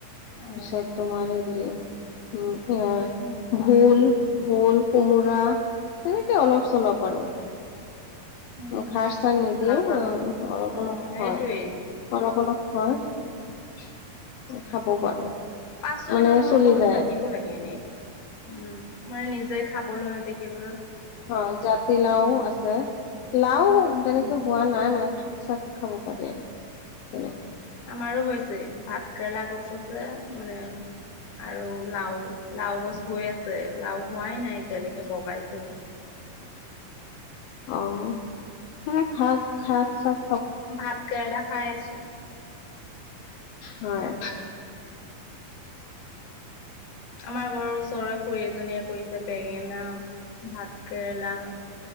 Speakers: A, on the left (about 60°); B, on the left (about 80°).
A: অ',
B: পিছত তোমাৰ হেৰি উ ভিতৰত,
A: উম,
B: ভোল, ভোল। কোমোৰা, তেনেকে অলপ চলপ আৰু।
A: উম,
B: খাৰ- চাৰ নিদিয়েও।
A: ভাল ভাল
B: উ অলপ
A: অ',
B: অলপ
A: সেইটোৱেই
B: হয়, অলপ অলপ হয়। ত খাব পাৰো।
A: পাচলি
B: মানে
A: মানুহৰ
B: চলি
A: ঘৰত
B: যায়
A: থাকিব
B: আৰু
A: লাগে এনেই। উম, মানে নিজে খাবলৈ আৰু দেখিবলৈ।
B: অ, জাতিলাও
A: উম,
B: আছে। লাও তেনেকে
A: উম।
B: হোৱা নাই মানে, শাক- চাক খাব পাৰি তেনে
A: আমাৰো হৈছে, ভাত কেৰেলা গছ আছে মানে আৰু লাও। লাও গছ হৈ আছে, লাও হোৱাই নাই এতিয়ালৈকে, বগাইছেহে।
B: অহ। এনেই শাক-শাক চব
A: ভাত কেৰেলা খাই আছো।
B: হয়।
A: আমাৰ ঘৰৰ ওচৰৰে খুৰী এজনীয়ে কৰিছে বেঙেনা। ভাত কেৰেলা।